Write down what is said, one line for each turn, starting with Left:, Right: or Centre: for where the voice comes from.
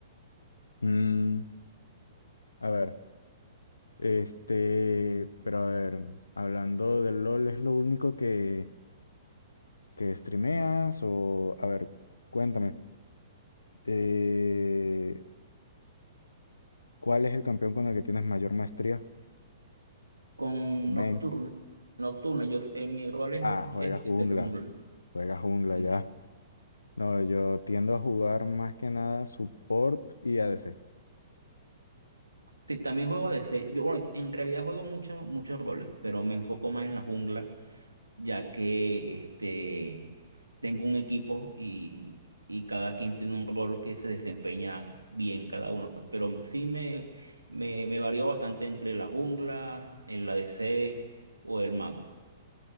Left: Mm, a ver, este, pero a ver, hablando del LOL, ¿es lo único que, que streameas? O, a ver, cuéntame. Eh, ¿Cuál es el campeón con el que tienes mayor maestría?
Right: con
Left: Main.
Right: Nocturno. Nocturno, yo en mi rol es,
Left: Ah, juega
Right: es,
Left: jungla.
Right: el jungla.
Left: Juega jungla
Right: Sí,
Left: ya.
Right: sí.
Left: No, yo tiendo a jugar más que nada support y ADC.
Right: Sí, también juego de seis. Yo, bueno, en realidad juego muchos, muchos roles, pero me enfoco más en la jungla, ya que este, tengo un equipo y, y cada quien tiene un rol que se desempeña bien cada uno. pues. Pero sí me, me, me varió bastante entre la jungla, el ADC o el mago.